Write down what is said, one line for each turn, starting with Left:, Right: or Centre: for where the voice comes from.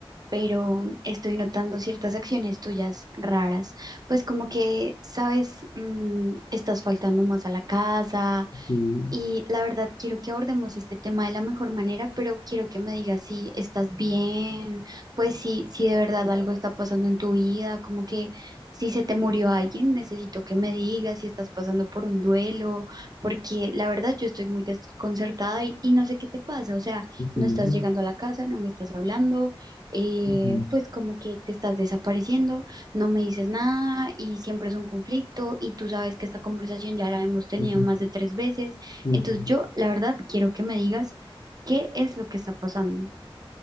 Right: pero estoy notando ciertas acciones tuyas raras, pues como que, sabes, Mm, estás faltando más a la casa,
Left: Mm,
Right: y la verdad, quiero que abordemos este tema de la mejor manera, pero quiero que me digas si estás bien, pues si, si de verdad algo está pasando en tu vida, como que si se te murió alguien, necesito que me digas si estás pasando por un duelo, porque la verdad yo estoy muy desconcertada y, y no sé qué te pasa, o sea,
Left: ujú,
Right: no estás llegando a la casa, no me estás hablando, eh,
Left: ujú,
Right: pues como que te estás desapareciendo, no me dices nada y siempre es un conflicto y tú sabes que esta conversación ya la hemos tenido
Left: ujú,
Right: más de tres veces.
Left: ujú.
Right: Entonces yo, la verdad, quiero que me digas qué es lo que está pasando.